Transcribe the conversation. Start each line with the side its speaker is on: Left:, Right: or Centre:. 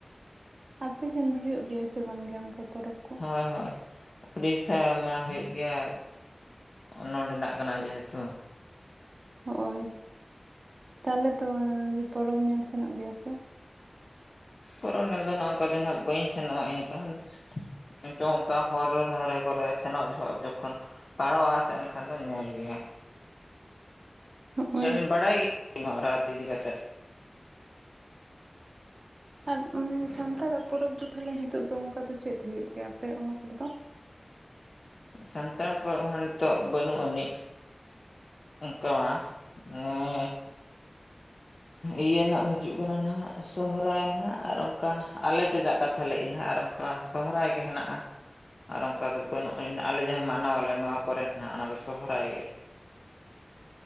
Right: ᱟᱯᱮ ᱥᱮᱱ ᱫᱚ ᱦᱩᱭᱩᱜ ᱜᱮᱭᱟ ᱥᱮ ᱵᱟᱝ ᱜᱮ ᱚᱱᱠᱟ ᱯᱚᱨᱚᱵᱽ ᱠᱚ
Left: ᱦᱳᱭ ᱦᱳᱭ ᱩᱰᱤᱥᱥᱟ ᱢᱟ ᱦᱩᱭᱩᱜ ᱜᱮᱭᱟ, ᱱᱚᱰᱮᱱᱟᱜ ᱠᱟᱱᱟ ᱡᱮᱦᱮᱛᱩ
Right: ᱦᱳᱭ, ᱛᱟᱦᱚᱞᱮ ᱛᱚ ᱯᱚᱨᱚᱵᱽ ᱧᱮᱞ ᱥᱮᱱᱚᱜ ᱜᱮᱭᱟᱯᱮ
Left: ᱯᱚᱨᱚᱵ, ᱧᱮᱞ ᱫᱚ ᱦᱟᱸᱜ ᱚᱱᱠᱟ ᱫᱚ ᱦᱟᱸᱜ ᱵᱟᱹᱧ ᱥᱮᱱᱚᱜᱼᱟ ᱮᱱᱠᱟ ᱱᱤᱛᱚᱜ ᱚᱱᱠᱟ ᱦᱚᱨ ᱫᱟᱨᱮ ᱠᱚᱨᱮ ᱥᱮᱱᱚᱜ ᱡᱚᱦᱚᱜ ᱡᱚᱠᱷᱚᱱ ᱯᱟᱨᱚᱢᱚᱜ-ᱟ ᱥᱮ ᱮᱱᱠᱷᱟᱱ ᱫᱚᱧ ᱧᱮᱞ ᱜᱮᱭᱟ <unintelligible>
Right: ᱦᱳᱭ
Left: ᱵᱟᱲᱟᱭ ᱜᱮᱭᱟ ᱨᱟᱛ ᱤᱫᱤ ᱠᱟᱛᱮ
Right: ᱟᱨ ᱢᱟᱱᱮ ᱥᱟᱱᱛᱟᱲᱟᱜ ᱯᱚᱨᱚᱵᱽ ᱫᱚ ᱛᱟᱦᱚᱞᱮ ᱦᱤᱛᱚᱜ ᱫᱚ ᱚᱱᱠᱟ ᱫᱚ ᱪᱮᱫ ᱦᱩᱭᱩᱜ ᱜᱮᱭᱟ ᱟᱯᱮ ᱚᱱᱟ ᱠᱚᱨᱮ ᱫᱚ
Left: ᱥᱟᱱᱛᱟᱲ ᱯᱚᱨᱚᱵᱽ ᱦᱚᱸ ᱱᱤᱛᱚᱜ ᱵᱟᱹᱱᱩᱜ ᱟᱹᱱᱤᱡ ᱚᱱᱠᱟ ᱢᱟ ᱢᱟᱱᱮ ᱤᱭᱟᱹᱱᱟᱜ ᱦᱤᱡᱩᱜ ᱠᱟᱱᱟ ᱱᱟᱜ ᱥᱚᱦᱚᱨᱟᱭ ᱱᱟᱦᱟᱜ ᱟᱨ ᱚᱱᱠᱟ ᱟᱞᱮ ᱴᱷᱮᱫᱟᱜ ᱛᱟᱦᱚᱞᱮ ᱤᱧ ᱱᱟᱦᱟᱜ ᱟᱨ ᱚᱱᱠᱟ ᱥᱚᱦᱨᱟᱭ ᱜᱮ ᱦᱮᱱᱟᱜᱼᱟ ᱟᱨ ᱚᱱᱠᱟ ᱫᱚ ᱵᱟᱹᱱᱩᱜᱼᱟᱱ, ᱟᱞᱮ ᱡᱟᱦᱟᱸ ᱢᱟᱱᱟᱣᱟᱞᱮ ᱱᱚᱣᱟ ᱯᱚᱨᱮ ᱱᱟᱜ ᱚᱱᱟ ᱫᱚ ᱥᱚᱦᱨᱟᱭ ᱜᱮ